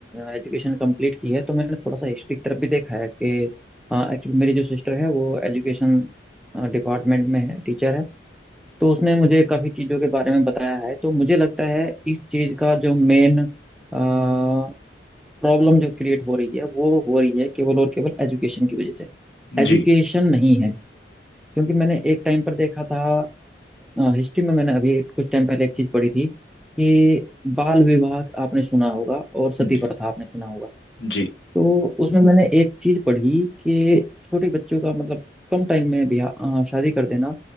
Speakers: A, in the centre; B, on the left.
A: एजुकेशन कंप्लीट की है तो मैंने थोड़ा सा हिस्ट्री की तरफ भी देखा है कि एक्चुअली मेरी जो सिस्टर है वो एजुकेशन डिपार्टमेंट में है टीचर है तो उसने मुझे काफ़ी चीज़ों के बारे में बताया है तो मुझे लगता है इस चीज़ का जो मेन प्रॉब्लम जो क्रिएट हो रही है वो हो रही है केवल और केवल एजुकेशन की वजह से एजुकेशन
B: जी
A: नहीं है क्योंकि मैंने एक टाइम पर देखा था हिस्ट्री में मैंने अभी कुछ टाइम पहले एक चीज पढ़ी थी कि बाल विवाह आपने सुना होगा और सती
B: जी
A: प्रथा आपने सुना होगा
B: जी
A: तो उसमें मैंने एक चीज पढ़ी कि छोटे बच्चों का मतलब कम टाइम में ब्याह अ, शादी कर देना